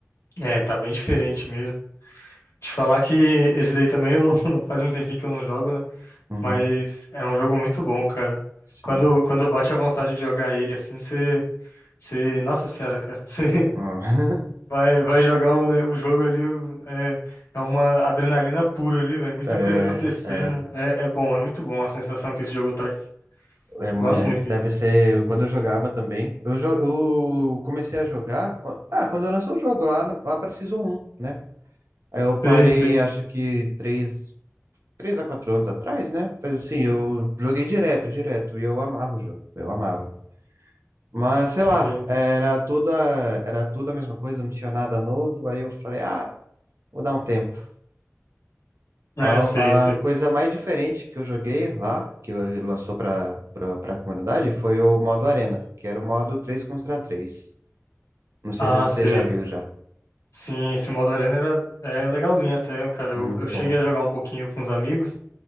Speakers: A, on the left (about 75°); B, on the right (about 65°).
A: É, tá bem diferente mesmo. Te falar que esse daí também eu não, <laughs> faz um tempinho que eu não jogo, né?
B: Uhum,
A: Mas é um jogo muito bom, cara.
B: sim.
A: Quando, quando bate a vontade de jogar ele assim, você Você, nossa senhora, cara, <laughs> você
B: Ah, <laughs>
A: vai, vai jogar o, né, o jogo ali, o- é, é uma adrenalina pura ali, velho, muita
B: É,
A: coisa acontecendo,
B: é.
A: é, é bom, é muito bom a sensação que esse jogo traz.
B: É, mui-
A: Gosto
B: é,
A: muito dele.
B: deve ser quando eu jogava também. Eu, jo- eu comecei a jogar. quan- Ah, quando eu lançou o jogo lá, na- lá para Season 1, né? Aí eu
A: Sei,
B: parei,
A: sei,
B: acho que três, três a quatro anos atrás, né? Mas assim, eu joguei direto, direto, e eu amava o jogo, eu amava. Mas sei
A: sim,
B: lá, era tudo a, era tudo a mesma coisa, não tinha nada novo. Aí eu falei, ah, vou dar um tempo.
A: é,
B: A,
A: sei, sei.
B: a coisa mais diferente que eu joguei lá, que la- lançou para para a comunidade, foi o modo Arena, que era o modo três contra três Não sei
A: Ah,
B: se você
A: sei,
B: já viu já.
A: sim, esse modo arena era, é legalzinho até, cara,
B: É
A: eu,
B: muito
A: eu
B: bom.
A: cheguei a jogar um pouquinho com os amigos,